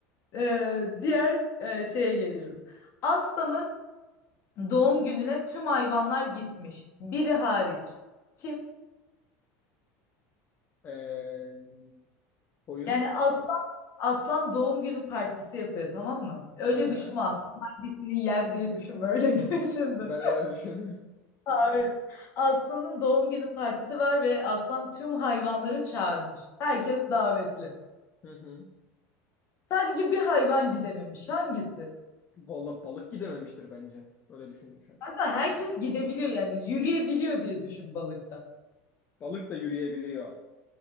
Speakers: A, on the left; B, on the left.
A: e, diğer e, şeye geliyorum. Aslanın Doğum gününe tüm hayvanlar gitmiş. Biri hariç. Kim?
B: Ee, oyun.
A: Yani aslan aslan doğum günü partisi yapıyor tamam mı? Öyle
B: Aha,
A: düşünme aslan hangisini yer diye düşünme öyle <laughs> düşündüm.
B: ben öyle düşünüyorum. <laughs>
A: Hayır. Aslan'ın doğum günü partisi var ve aslan tüm hayvanları çağırmış. Herkes davetli.
B: Hı hı.
A: Sadece bir hayvan gidememiş. Hangisi?
B: Valla balık gidememiştir bence. Öyle düşündüm şu an.
A: Kanka herkes gidebiliyor yani yürüyebiliyor diye düşün balıkta.
B: Balık da yürüyebiliyor.